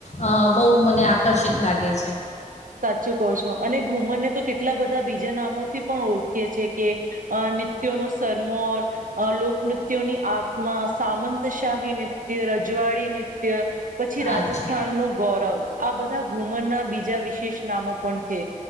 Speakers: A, on the left; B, on the right.
A: અ બહુ મને આકર્ષિત લાગે છે.
B: સાચું કહો છો અને ઘુમરને તો કેટલા બધા બીજા નામોથી પણ ઓળ છે કે અ નિત્યો નો શરમોર અ લોકનૃત્યોની આત્મા, સામંતશાહી નૃત્ય, રજવાડી નૃત્ય. પછી રાજસ્થાન
A: અચ્છા
B: નું ગૌરવ આ બધા ઘુમરના બીજા જ વિશે. ષ નામો પણ છે